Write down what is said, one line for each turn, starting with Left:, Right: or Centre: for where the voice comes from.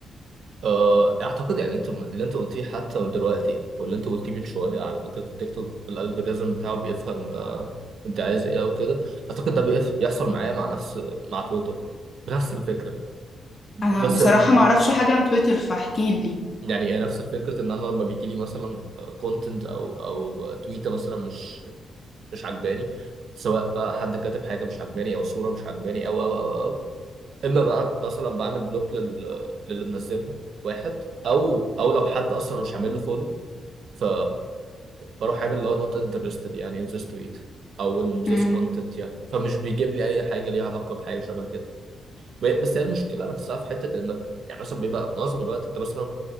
Right: آه، اعتقد يعني انت اللي انت قلتيه حتى دلوقتي واللي انت قلتيه من شويه على فكره التيك توك الالجوريزم بتاعه بيفهم آه، انت عايز ايه او كده اعتقد ده بيف- بيحصل معايا مع نفس مع تويتر بنفس الفكره
Left: انا
Right: بس
Left: بصراحه ما اعرفش حاجه عن تويتر فاحكي لي
Right: يعني إيه نفس الفكره ان انا لما بيجي لي مثلا كونتنت او او تويته مثلا مش مش عجباني سواء بقى حد كاتب حاجه مش عجباني او صوره مش عجباني او او او, أو. اما بقى مثلا بعمل بلوك لل... للي منزلها واحد او او لو حد اصلا مش عامل له فولو ف بروح عامل اللي هو نوت انترستد يعني ان ذس تويت او ان ذس
Left: امم
Right: كونتنت يعني فمش بيجيب لي اي حاجه ليها علاقه بحاجه شبه كده ب- بس هي المشكله نفسها في حته انك يعني مثلا بيبقى معظم الوقت انت مثلا